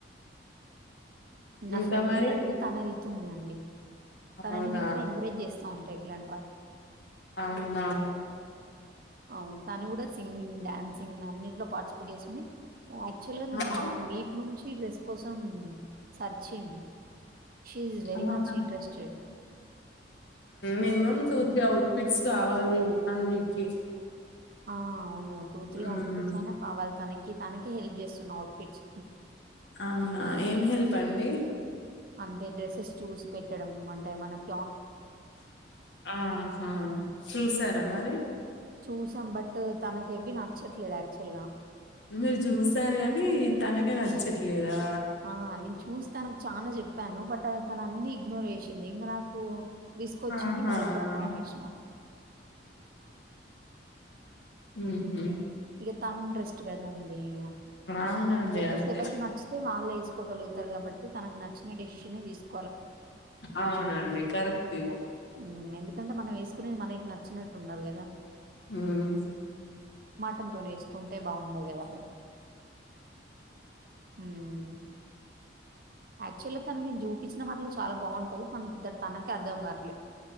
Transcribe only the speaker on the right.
నా
ఫ్రెండ్
ఉంటది తన ఇల్ వస్తుంది అండి
తనని నేను ఎప్పుడు ఎంకరేజ్ చేస్తా ఉంటా ఇట్లాంటి వాటి
అవును తను కూడా సింగింగ్ డాన్స్ న్సింగ్ అన్నిట్లో పార్టిసిపేట్ చేస్తుంది యాక్టువల్గా ఒక
వన్ వీక్ నుంచి డ్రెస్ కోసం searching she is very
much interested
ఆ అవును టూ త్రీ
ఔట్ఫిట్స్ అయినా కావాలి తనకి తనకే హెల్ప్ చేస్తు అవుట్ ఫిట్స్
అంటే డ్రెస్సెస్ చూసి పెట్టడం అంటే మనకు
చూసాం బట్ తనకి ఎవి నచ్చట్లేదు యాక్చువల్ గా
ఆ నేను చూస్తాన చాలా చెప్పాను బట్ తను అన్ని నరేష్ వచ్చింది ఇంక నాకు తీసుకొచ్చింది
ఇంక చెప్పడం మానేసిన
ఇక తా ఇంట్రెస్ట్ కదాండి ఇ
డ్రసెస్
ఎవరికి నచ్చితే వాళ్ళు వేసుకోగలుగుతారు కాబట్టి తనకు నచ్చిన డెసిషన్ తీసుకు
మ్మ్ ఎందుకంటే మనం వేసుకునేది మనకి నచ్చినట్టు ఉండాలి కదా
చంతోనే వేసుకుంటే బాగుండదడు కబాయి హ్మ్ యాక్చువల్ తను నేను చూపిించ న్న వాటిలో చాలా బాగుంటాయి తనకు అర్దవంగట్లే